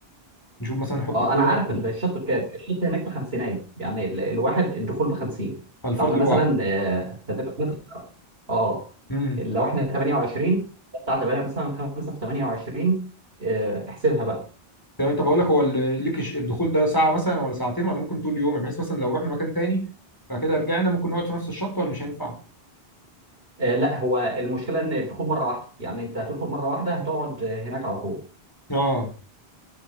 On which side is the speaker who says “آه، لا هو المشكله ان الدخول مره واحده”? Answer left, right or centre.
Right